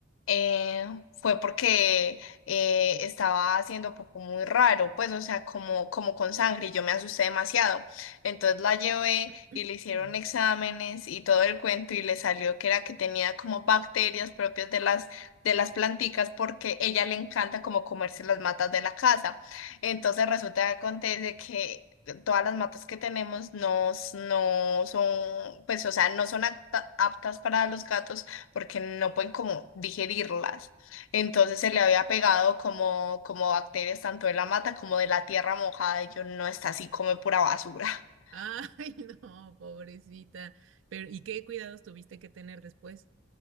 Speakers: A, on the left; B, on the right.
A: eh, fue porque eh, estaba haciendo poco muy raro, pues o sea, como, como con sangre y yo me asusté demasiado. Entonces la llevé
B: <laughs>
A: y le hicieron exámenes y todo el cuento y le salió que era que tenía como bacterias propias de las, de las planticas porque ella le encanta como comerse las matas de la casa. Entonces resulta que acontece que todas las matas que tenemos no, s- no son, pues, o sea, no son apta- aptas para los gatos porque no pueden como digerirlas. Entonces se le había pegado como, como bacterias tanto de la mata como de la tierra mojada y yo no está así, come pura basura. <laughs>
B: Ay, no, pobrecita. Pero, ¿y qué cuidados tuviste que tener después?